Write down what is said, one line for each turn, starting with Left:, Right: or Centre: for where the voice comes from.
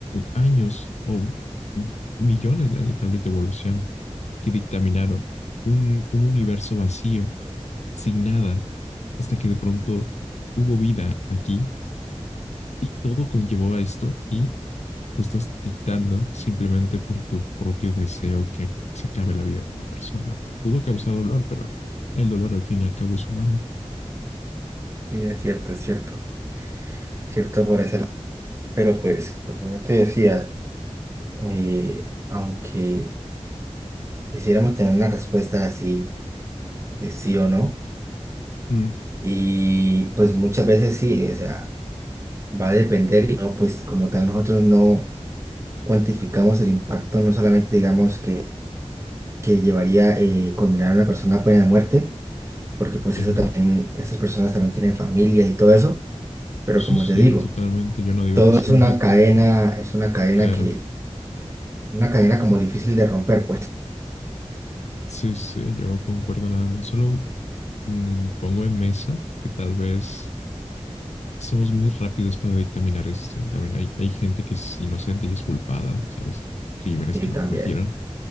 Left: años o millones de años tal vez de evolución que dictaminaron un, un universo vacío, sin nada, hasta que de pronto hubo vida aquí y todo conllevó a esto y tú estás dictando simplemente por tu propio deseo que se acabe la vida de una persona. Pudo causar dolor, pero el dolor al fin y al cabo es humano.
Right: Sí, es cierto, es cierto. Cierto por ese lado. Pero pues, como yo te decía, eh, aunque quisiéramos tener una respuesta así de sí o no,
Left: Mm,
Right: y pues muchas veces sí, o sea, va a depender y no, pues como tal nosotros no. cuantificamos el impacto, no solamente digamos que, que llevaría eh, condenar a una persona pues, a muerte, porque pues
Left: claro.
Right: eso también, esas personas también tienen familias y todo eso, pero
Left: Sí,
Right: como
Left: sí,
Right: te digo,
Left: totalmente. Yo no digo
Right: todo
Left: que sea
Right: es una
Left: un acto,
Right: cadena, es una cadena
Left: claro.
Right: que, una cadena como
Left: Eh,
Right: difícil de romper, pues
Left: Sí, sí, yo concuerdo nada más. Solo mm, pongo en mesa que tal vez somos muy rápidos para dictaminar esto. También hay, hay gente que es inocente y es culpada, ¿sabes? Crímenes
Right: sí,
Left: que no
Right: también.
Left: cometieron